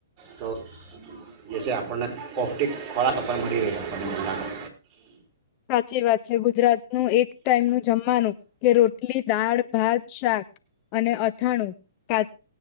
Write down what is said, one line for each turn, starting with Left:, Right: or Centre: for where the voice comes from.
Right: તો જે છે આપણને પૌષ્ટિક ખોરાક આપણ મળી રહે આપણને ગલા.
Left: સાચી વાત છે ગુજરાતનું એક ટાઈમનું જમવાનું કે રોટલી દાળ ભાત શાક અને અથાણું કાચ